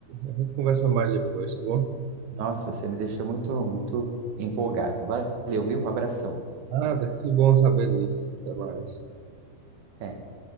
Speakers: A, on the right; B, on the right.
A: A gente conversa mais depois, tá bom?
B: Nossa, você me deixou muito, muito empolgado. Valeu, viu? Abração.
A: Nada, que bom saber disso. Até mais.
B: Até.